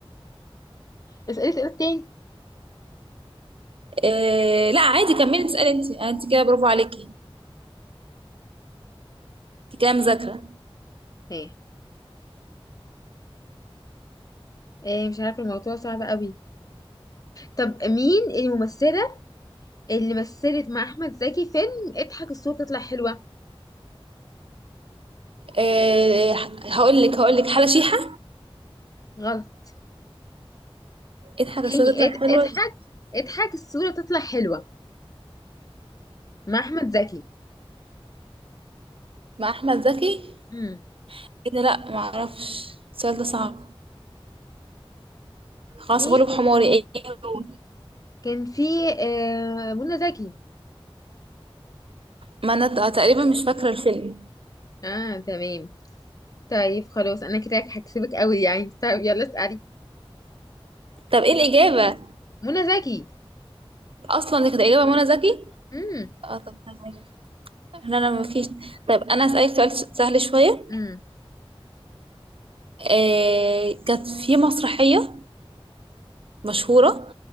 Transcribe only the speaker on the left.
اسالي سؤال تاني
ايه ايه مش عارفه الموضوع صعب قوي طب مين الممثله اللي مثلت مع احمد زكي فيلم اضحك الصوره تطلع حلوه
غلط
تاني
اض-
اضحك اضحك الصوره تطلع حلوه مع احمد زكي
امم
تاني
كان في آه منى زكي
اه تمام طيب خلاص انا كده هكسبك قوي يعني طيب يلا اسألي
منى زكي
امم
امم